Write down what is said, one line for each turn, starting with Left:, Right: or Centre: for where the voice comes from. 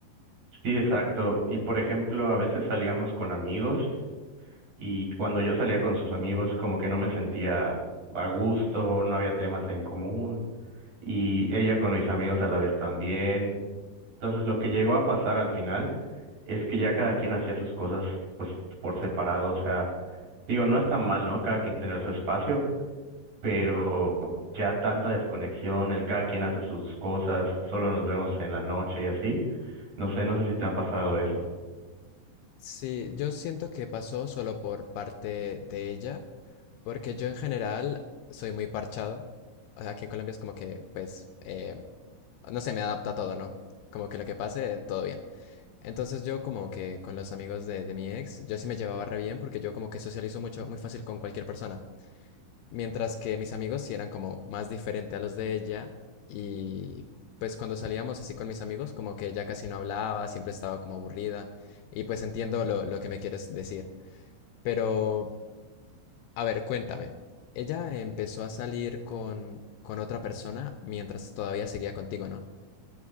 Right: Sí, exacto. Y por ejemplo, a veces salíamos con amigos y cuando yo salía con sus amigos, como que no me sentía a gusto, no había temas en común. Y ella con mis amigos a la vez también. Entonces, lo que llegó a pasar al final es que ya cada quien hacía sus cosas pues por separado, o sea, digo, no está mal, ¿no? Cada quien tener su espacio, pero ya tanta desconexión, el cada quien hace sus cosas, solo nos vemos en la noche y así. No sé, no sé si te ha pasado eso.
Left: Sí, yo siento que pasó solo por parte de ella, porque yo en general soy muy parchado. O sea, Aquí en Colombia es como que, pues, eh, no sé, me adapta a todo, ¿no? Como que lo que pase, todo bien. Entonces yo como que con los amigos de, de mi ex, yo sí me llevaba re bien porque yo como que socializo mucho, muy fácil con cualquier persona. Mientras que mis amigos sí eran como más diferente a los de ella y pues cuando salíamos así con mis amigos como que ella casi no hablaba, siempre estaba como aburrida y pues entiendo lo, lo que me quieres decir. Pero, a ver, cuéntame, ella empezó a salir con, con otra persona mientras todavía seguía contigo, ¿no?